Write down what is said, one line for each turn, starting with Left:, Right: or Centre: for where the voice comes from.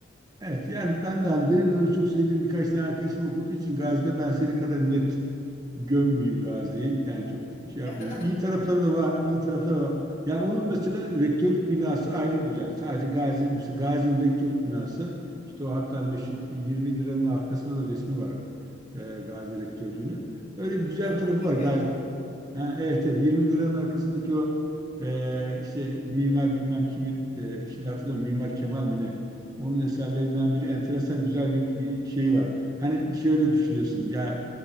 Right: Evet yani ben de hani benim de öyle çok sevdiğim birkaç tane arkadaşım okuduğu için Gazi'de ben senin kadar net gömmeyeyim Gazi'yi. Yani çok şey
Left: <laughs>
Right: yapmayayım. İyi tarafları da var, iyi tarafları da var. Yani onun mesela rektörlük binası ayrı güzel. Sadece Gazi, mesela Gazi'nin rektörlük binası işte o hatta meşhur 20 liranın arkasında da resmi var e, Gazi rektörlüğünün. Öyle bir güzel
Left: Ya
Right: tarafı
Left: onu bilmiyordum.
Right: var Gazi. Ha, evet evet 20 liranın arkasındaki o e, işte mimar bilmem kimin e, şimdi hatırlamıyorum Mimar Kemal mi ne? Onun eserlerinden bir enteresan güzel bir, bir şey var. Hani şöyle düşünüyorsun ya